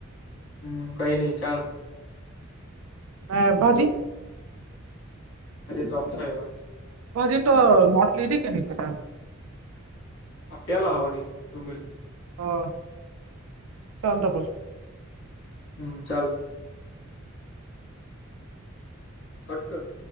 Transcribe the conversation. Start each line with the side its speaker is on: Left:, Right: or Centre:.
Left: હમ્મ, કઈ નઈ ચાલે.
Right: હા, એ બાજી.
Left: આજે તો આમ થયું તું.
Right: હજી, તો નોંધ લીધી કે, નહિ પેલા
Left: આ પેલા વળી ધ્રુમિલ
Right: હા, ચાલ તો પસ
Left: હમ્મ, ચાલ. અટકટ.